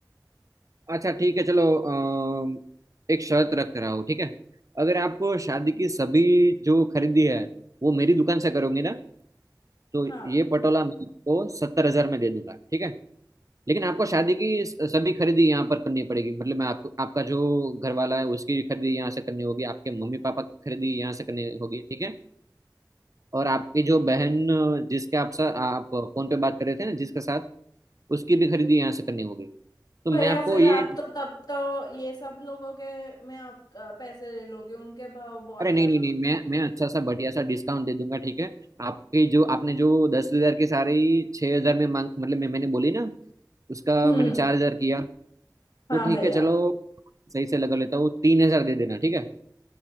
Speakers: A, on the right; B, on the left.
A: अच्छा ठीक है चलो अम, एक शर्त रख रहा हूँ ठीक है अगर आप शादी की सभी जो खरीदी है वो मेरी दुकान से करोगे ना तो
B: हाँ
A: ये पटोला मैं आपको सत्तर हजार में दे दूंगा ठीक है लेकिन आपको शादी की स- सभी खरीदी यहाँ पर करनी पड़ेगी मतलब मैं आपको आपका जो घर वाला है उसकी खरीदी यहाँ से करनी होगी आपके मम्मी पापा की खरीदी यहाँ से करनी होगी ठीक है और आपकी जो बहन जिसके आप सा, आप फोन पे बात कर रहे थे ना जिसके साथ उसकी भी खरीदी यहाँ से करनी होगी तो
B: भैया
A: मैं आपको
B: फिर
A: ये
B: आप तो तब तो ये सब लोगों के में आप अ, पैसे ले लोगे उनके भाव बहुत
A: अरे
B: ज्यादा
A: नहीं नहीं नहीं
B: बताओगे
A: मैं मैं अच्छा सा बढ़िया सा डिस्काउंट दे दूंगा ठीक है आपकी जो आपने जो दस हजार के सारे ही छः हजार में मांग मतलब मैं मैंने बोली ना उसका
B: हम्म
A: मैंने चार हजार किया
B: हाँ
A: तो ठीक
B: भैया
A: है चलो सही से लगा लेता हूँ तीन हजार दे देना ठीक है